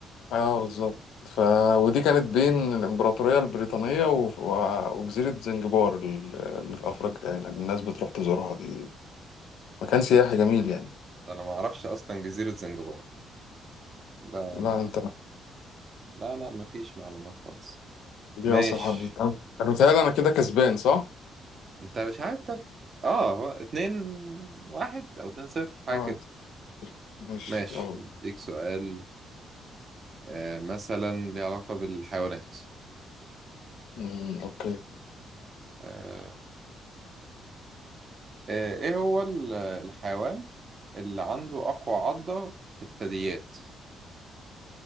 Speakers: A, on the left (about 80°); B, on the right (about 30°).
A: اه بالظبط ف... ودي كانت بين الإمبراطورية البريطانية و... و... وجزيرة زنجبار ال- اللي في أفريقيا يعني الناس بتروح تزورها دي مكان سياحي جميل يعني
B: <laughs> أنا ما أعرفش أصلا جزيرة زنجبار ده
A: لا أنت
B: لا لا ما فيش معلومات خالص
A: دي
B: ماشي
A: أصل حرب أنا أنا متهيألي أنا كده كسبان صح؟
B: أنت مش عارف أنت آه هو 2 واحد أو 2 صفر حاجة
A: اه
B: كده
A: ماشي
B: ماشي
A: يلا
B: أديك سؤال آه مثلا ليه علاقة بالحيوانات
A: أمم، أوكي
B: آه، آه، ايه هو ال- الحيوان اللي عنده اقوى عضة في الثدييات